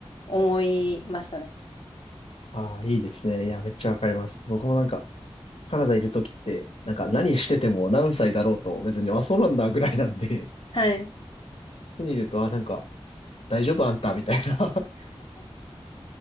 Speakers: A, on the left; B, on the left.
A: 思いましたね。
B: ああ、いいですね。いや、めっちゃわかります。僕もなんか、カナダいるときって、なんか何してても何歳だろうと、別に、あ、そうなんだぐらいなんで、
A: はい。
B: <laughs> 家にいると、あ、なんか、大丈夫あんたみたいな。<laughs>